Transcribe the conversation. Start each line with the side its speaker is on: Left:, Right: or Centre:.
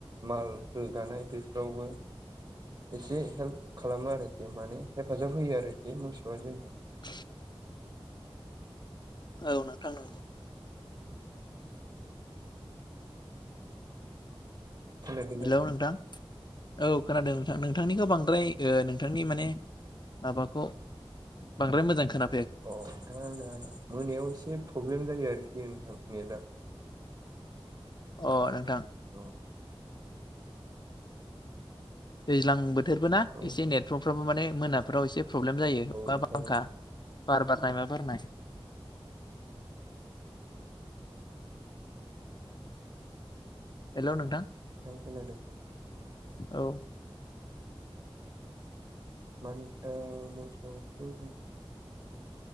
Right: माल रोगानाय बेफोरावबो एसे हेल्प खालामो आरोखि माने हेफाजाब होयो आरोखि मोसौआ जोंनो
Left: <inaudible> औ नोंथां नोंगौ
Right: <unintelligible>
Left: हेलौ नोंथां औ खोनादों नोंथां नोंथांनिखो बांद्राय ओ नोंथांनि माने माबाखौ बांद्राय मोजां खोना
Right: अ अ नोंथां आंना मोनायाव एसे प्रब्लेम जायो आरोखि खि नोंथां नेदा
Left: अ नोंथां
Right: अ
Left: दैज्लां बोथोरबो ना
Right: औ
Left: एसे नेटपर्कफ्रावबो माने मोनाफ्राव एसे प्रब्लेम जायो अखा
Right: नोंथां
Left: बांखा
Right: औ
Left: बार बारनाय मा बारनाय हेलौ नोंथां
Right: खोनादों
Left: औ
Right: मानि <unintelligible>